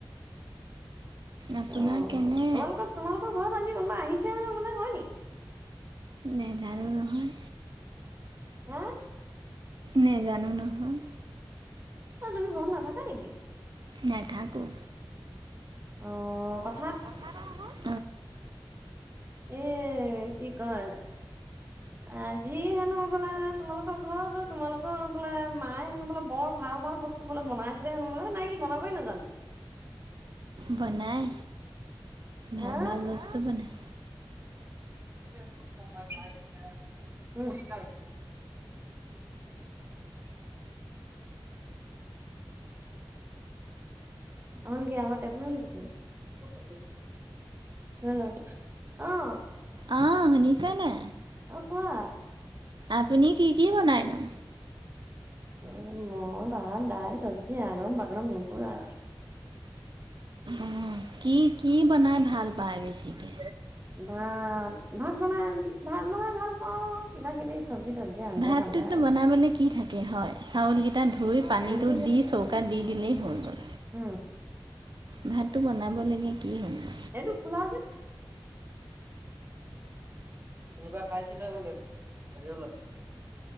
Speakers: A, on the right; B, on the right.
A: আপোনাৰ
B: অ',
A: কেনে?
B: তোমালোকৰ তোমালোকৰ ঘৰত আজি কোনোবা আহিছে বোলে হয় নি?
A: নেজানো নহয়।
B: হা!
A: নেজানো নহয়।
B: অ', তুমি ঘৰত নাথাকা নেকি?
A: নেথাকোঁ।
B: অ', অক
A: অ', কথা এটা নহয়!
B: এ, কি কয় আজি হেনো ক'লে তোমালোকৰ ঘৰত <unintelligible> তোমালোকৰ বোলে মায়ে হেনো বোলে বৰ ভাল, ভাল বস্তু বোলে বনাই ছে, মই বোলো নাই কি বনাবই নাজানো।
A: বনাই ভাল,
B: হা
A: ভাল বস্তু বনায়।
B: <inaudible> <inaudible> হেল্ল'! অ'।
A: অ', শুনিছে নে?
B: অ', কোৱা।
A: আপুনি কি, কি বনাইনো?
B: মই ভাত দাইল সবজি অগ্ৰম বাগ্ৰম এইবোৰ আৰু।
A: অ', কি, কি বনাই ভাল পায় বেছিকৈ
B: ভাত, ভাত বনাই ভাত বনাই ভালপাওঁ, কিবা কিবি সবজি তবজি আঞ্জা
A: ভাতটোতো
B: ভাঞ্জা এই
A: বনাবলৈ কি থাকে হয়, চাউলকিটা ধুই পানীটো
B: ওইদিকে যাবি
A: দি
B: তুই
A: চৌকাত
B: অকণ
A: দি দিলেই হৈ গ'ল।
B: উম।
A: ভাতটো বনাব লাগে কি <unintelligible>
B: এইটো খোলা যে। কোনোবা খাইছিলে বোলে হেৰি ওলাল।